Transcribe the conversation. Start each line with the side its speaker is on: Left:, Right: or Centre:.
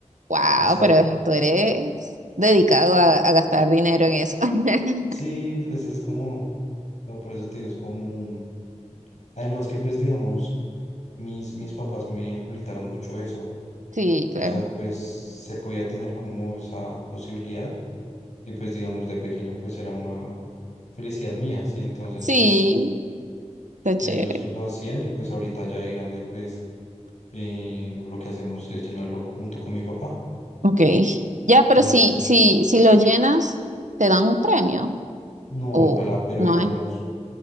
Right: Wow,
Left: O sea,
Right: pero tú eres dedicado a, a gastar dinero en eso. <laughs>
Left: sí, pues es como, o sea, por eso te digo, es como un... Además que pues digamos, mis, mis papás me aculitaron mucho eso.
Right: Sí, claro.
Left: O sea, pues se podía tener como esa posibilidad y pues digamos de pequeño pues era una felicidad mía, ¿sí? Entonces
Right: Sí,
Left: pues
Right: está chévere.
Left: ellos lo hacían y pues ahorita ya de grande pues eh, lo que hacemos es llenarlo junto con mi papá.
Right: Ok. Ya,
Left: Entonces,
Right: pero si, si, si lo llenas, te dan un premio.
Left: no,
Right: O
Left: ojalá, pero
Right: no
Left: digamos,